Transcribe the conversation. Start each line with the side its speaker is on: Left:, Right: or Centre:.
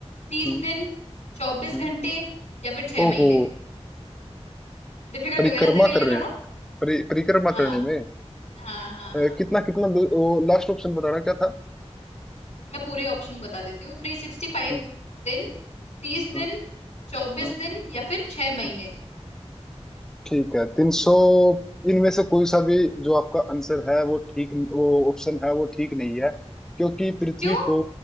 Left: तीस
Centre: हम्म।
Left: दिन चौबीस
Centre: हम्म।
Left: घंटे या फिर छह
Centre: ओहो
Left: महीने डिफिकल्ट
Centre: परिक्रमा
Left: हो गया ना तेरे
Centre: कर
Left: लिए
Centre: रहे
Left: थोड़ा
Centre: हैं परि, परिक्रमा
Left: हाँ
Centre: करने में
Left: हाँ हाँ हाँ
Centre: अ, कितना कितना दूर? लास्ट ऑप्शन बताना क्या था
Left: मैं पूरे ऑप्शन बता देती हूँ थ्री सिक्सटी फाइव
Centre: हम्म,
Left: दिन तीस दिन
Centre: हम्म,
Left: चौबीस
Centre: हम्म,
Left: दिन या फिर छह महीने
Centre: हम्म। ठीक है तीन सौ इनमें से कोई सा भी जो आपका आंसर है वो ठीक वो ऑप्शन है वो ठीक नहीं है क्योंकि पृथ्वी
Left: क्यों
Centre: को